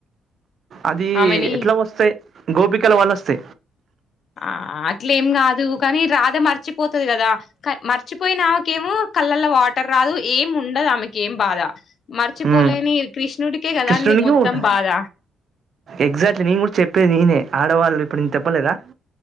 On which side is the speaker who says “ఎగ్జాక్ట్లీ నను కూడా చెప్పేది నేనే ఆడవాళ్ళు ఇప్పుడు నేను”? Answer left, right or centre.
Right